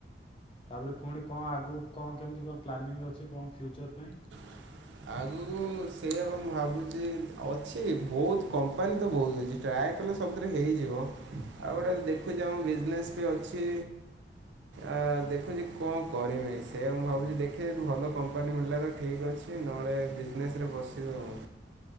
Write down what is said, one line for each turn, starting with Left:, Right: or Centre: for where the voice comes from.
Left: ତାପରେ ପୁଣି କଣ ଆଗକୁ କଣ କେମିତି କଣ ପ୍ଲାନିଂ ଅଛି କଣ ଫ୍ୟୁଚର୍ ପାଇଁ
Right: <inaudible> ଆଗରୁ ସେଇଆ ବା ମୁଁ ଭାବୁଛି ଅଛି ବହୁତ କମ୍ପାନୀ ତ ବହୁତ ଅଛି ଟ୍ରାଏ କଲେ ସବୁଥିରେ ହେଇଯିବ ଆଉ
Left: ହଁ।
Right: ଗୋଟେ ଦେଖୁଛି ଆମ ବିଜନେସ୍ ବି ଅଛି ଆ ଦେଖୁଛି କଣ କରମି ସେୟା ମୁଁ ଭାବୁଛି ଦେଖେ ଭଲ କମ୍ପାନୀ ମିଳ ହେଲେ ତ ଠିକ୍ ଅଛି ନହେଲେ ବିଜନେସ ରେ ବସିବୁ ଆଉ